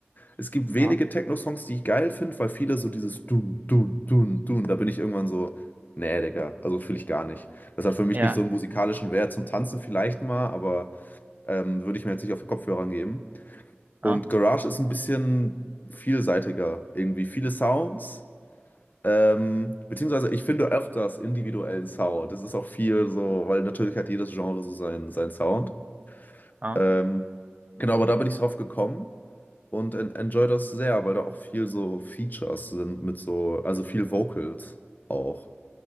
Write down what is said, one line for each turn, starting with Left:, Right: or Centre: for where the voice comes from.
Left: Es gibt wenige
Right: Ja,
Left: Techno-Songs, die ich geil finde, weil viele so dieses Dun, Dun, Dun, Dun, da bin ich irgendwann so, nee, Digga, also fühle ich gar nicht. Das hat für mich
Right: ja,
Left: nicht so einen musikalischen Wert zum Tanzen vielleicht mal, aber ähm, würde ich mir jetzt nicht auf den Kopfhörer geben. Und
Right: ja.
Left: Garage ist ein bisschen vielseitiger, irgendwie viele Sounds. Ähm, beziehungsweise ich finde öfters individuellen Sound. Das ist auch viel so, weil natürlich hat jedes Genre so seinen, seinen Sound.
Right: ja.
Left: Ähm, genau, aber da bin ich drauf gekommen und en enjoy das sehr, weil da auch viel so Features sind mit so, also viel Vocals auch.